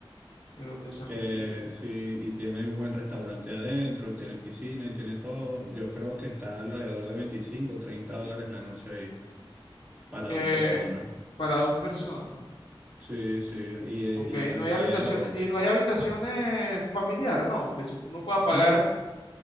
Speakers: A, on the left; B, on the right.
A: el Hotel San
B: que
A: Felipe.
B: sí, y tiene un buen restaurante adentro, tiene piscina y tiene todo. Yo creo que está alrededor de 25 30 dólares la noche ahí para
A: Eh,
B: dos personas.
A: para dos personas,
B: Sí, sí, y,
A: ok,
B: y no
A: no
B: es
A: hay
B: feo.
A: habitaciones, y no hay habitaciones familiares, no, que su- uno pueda pagar.
B: Es,